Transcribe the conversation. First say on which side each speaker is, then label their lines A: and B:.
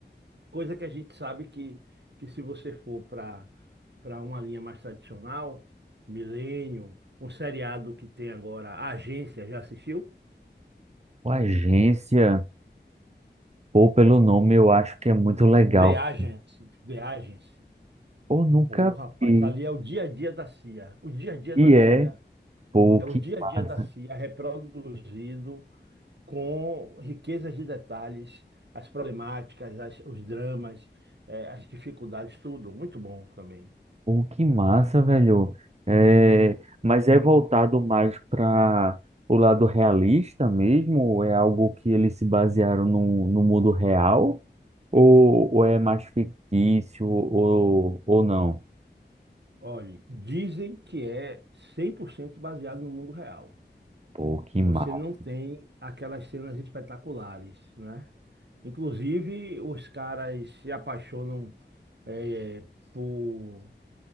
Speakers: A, on the right; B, on the right.
A: Coisa que a gente sabe que, que se você for para para uma linha mais tradicional, Milênio, um seriado que tem agora, A Agência, já assistiu?
B: O Agência, pô, pelo nome eu acho que é muito legal.
A: The Agency,
B: cara.
A: The Agency.
B: Pô, nunca
A: Pô, rapaz,
B: vi.
A: ali é o dia a dia da CIA. O dia a dia
B: E
A: da CIA.
B: é, pô,
A: É
B: que
A: o dia a
B: massa.
A: dia da CIA reproduzido com riquezas de detalhes, as problemáticas, as- os dramas, eh, as dificuldades, tudo. Muito bom também.
B: Pô, que massa, velho. É, mas é voltado mais para o lado realista mesmo? É algo que eles se basearam no, no mundo real? Ou, ou é mais fictício ou, ou não?
A: Olhe, dizem que é 100% baseado no mundo real.
B: Pô, que
A: Você
B: massa.
A: não tem aquelas cenas espetaculares, né? Inclusive, os caras se apaixonam eh, por